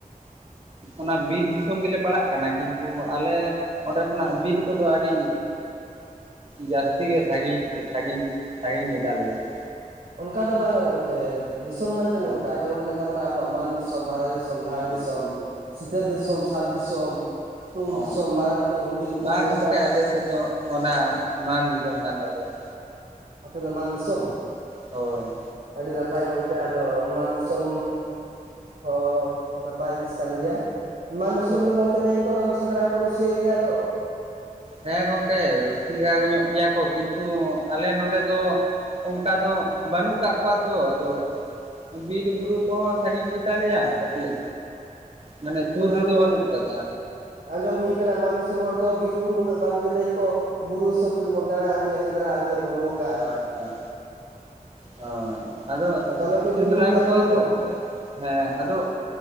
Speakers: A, on the right; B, on the right.
A: ᱚᱱᱟ ᱵᱤᱨ ᱫᱤᱥᱚᱢ ᱜᱮᱞᱮ ᱯᱟᱲᱟᱜ ᱠᱟᱱᱟ ᱠᱤᱱᱛᱩ, ᱟᱞᱮ ᱚᱸᱰᱮ ᱠᱷᱚᱱᱟᱜ ᱵᱤᱨ ᱠᱚᱫᱚ ᱟᱹᱰᱤ ᱡᱟᱥᱛᱤ ᱜᱮ ᱥᱟᱜᱤᱧ ᱥᱟᱜᱤᱧ ᱥᱟᱜᱤᱧ ᱜᱮᱛᱟ ᱞᱮᱭᱟ ᱾
B: ᱚᱱᱠᱟ ᱫᱚ ᱵᱟᱝᱼᱟ ᱜᱚᱝᱠᱮ ᱫᱤᱥᱚᱢ ᱢᱮᱱᱛᱮ
A: ᱦᱮᱸ
B: ᱱᱚᱝᱠᱟ ᱡᱮᱢᱚᱱ ᱢᱮᱱᱟᱜ ᱛᱟᱵᱚᱱᱟ ᱟᱵᱚᱣᱟᱜ ᱢᱟᱱ ᱫᱤᱥᱚᱢ, ᱵᱷᱟᱦᱨᱟ ᱫᱤᱥ ᱥᱚᱢ, ᱫᱷᱟᱲ
A: ᱦᱳᱭ
B: ᱫᱤᱥᱚᱢ, ᱥᱤᱠᱟᱹᱨ ᱫᱤᱥᱚᱢ, ᱥᱟᱛ ᱫᱤᱥᱚᱢ, ᱛᱩᱝ
A: ᱚ
B: ᱫᱤᱥᱚᱢ, ᱢᱟᱨᱟᱝ ᱛᱩ ᱦᱩᱰᱤᱧ ᱛᱩᱧ
A: ᱵᱟᱝ
B: ᱱᱚᱝᱠᱟ
A: ᱜᱚᱝᱠᱮ ᱟᱞᱮ ᱥᱮᱡ ᱫᱚ, ᱚᱱᱟ ᱢᱟᱱ ᱫᱤᱥᱚᱢ ᱠᱟᱱ ᱛᱟᱞᱮᱭᱟ ᱾
B: ᱟᱯᱮ ᱫᱚ ᱢᱟᱱ ᱫᱤᱥᱚᱢ?
A: ᱦᱳᱭ
B: ᱟᱹᱰᱤ ᱱᱟᱯᱟᱭ ᱜᱚᱝᱠᱮ ᱟᱫᱚ ᱢᱟᱱ ᱫᱤᱥᱚᱢ ᱦᱚᱸ ᱱᱟᱯᱟᱭ ᱡᱤᱱᱤᱥ ᱠᱟᱱ ᱜᱮᱭᱟ ᱾ ᱢᱟᱱ ᱫᱤᱥᱚᱢ
A: ᱦᱳᱭ
B: ᱨᱮᱫᱚ ᱜᱚᱝᱠᱮ ᱞᱟᱹᱭ ᱟᱠᱚ ᱫᱚᱢᱮ ᱥᱮᱸᱫᱽᱨᱟ ᱠᱚ ᱨᱩᱥᱤᱭᱟᱹ ᱜᱮᱭᱟ ᱫᱚ,
A: ᱦᱮᱸ ᱜᱚᱝᱠᱮ ᱨᱩᱥᱤᱠᱟ ᱧᱚᱜ ᱜᱮᱭᱟ ᱠᱚ ᱠᱤᱱᱛᱩ ᱟᱞᱮ ᱱᱚᱰᱮ ᱫᱚ, ᱚᱝᱠᱟ ᱫᱚ ᱵᱟᱹᱱᱩᱜ ᱠᱟᱜ ᱠᱚᱣᱟ ᱛᱚ ᱟᱫᱚ, ᱵᱤᱨ ᱵᱩᱨᱩ ᱠᱚᱦᱚᱸ ᱥᱟᱺᱜᱤᱧ ᱜᱮᱛᱟ ᱞᱮᱭᱟ ᱠᱟᱹᱴᱤᱡ, ᱢᱟᱱᱮ ᱥᱩᱨ
B: ᱦᱳᱭ ᱜᱚᱝᱠᱮ
A: ᱨᱮᱫᱚ ᱵᱟᱹᱱᱩᱜ ᱟᱠᱟᱫᱟ
B: ᱟᱸᱡᱚᱢ ᱦᱩᱭ ᱠᱟᱱᱟ ᱢᱟᱱ ᱫᱤᱥᱚᱢ ᱦᱚᱲ ᱫᱚ ᱵᱤᱨ ᱵᱩᱨᱩ ᱩᱱᱟᱹᱜ ᱵᱟᱝ ᱛᱮ ᱞᱟᱹᱭ ᱟᱠᱚ ᱜᱩᱨᱩ ᱫᱤᱩᱥᱚᱢ ᱠᱚᱴᱤ ᱵᱚᱱ ᱫᱟᱲᱟ ᱟᱜᱩᱭᱟ ᱥᱮᱸᱫᱽᱨᱟ ᱟᱜᱩᱭᱟᱵᱚᱱ ᱱᱚᱝ
A: ᱦᱳᱭ ᱦᱳᱭ ᱦᱳᱭ ᱟᱫᱚ
B: ᱫᱚᱢᱮ ᱠᱚ
A: ᱥᱮᱸᱫᱽᱨᱟ
B: ᱡᱩᱞᱩᱢ ᱜᱮᱭᱟ
A: ᱠᱚᱫᱚ
B: ᱡᱩᱞᱩᱢ
A: ᱟᱫᱚ,
B: ᱦᱚᱸ
A: ᱦᱮᱸ ᱟᱫᱚ